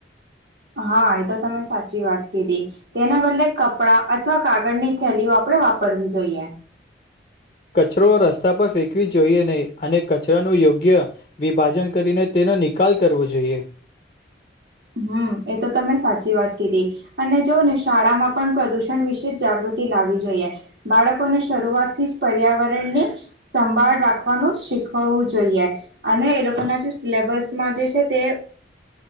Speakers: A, on the right; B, on the left.
A: હા એ તો તમે સાચી વાત કીધી, તેના બદલે કપડાં અથવા કાગળની થેલીઓ આપણેે વાપરવી જોઈએ‌.
B: કચરો રસ્તા પર ફેંકવી જોઈએ નહીં અને કચરાનું યોગ્ય વિભાજન કરીને તેનો નિકાલ કરવો જોઈએ.
A: હમ્મ એ તો તમે સાચી વાત કીધી. અને જોઓ ને શાળામાં પણ પ્રદુષણ વિશે જાગૃતિ લાવવી જોઈએ. બાળકોને શરૂઆત થી જ પર્યાવરણની સંભાળ રાખવાનું શીખવવું જોઈએ. અને એ લોકોના જે સિલેબસમાં જે છે તે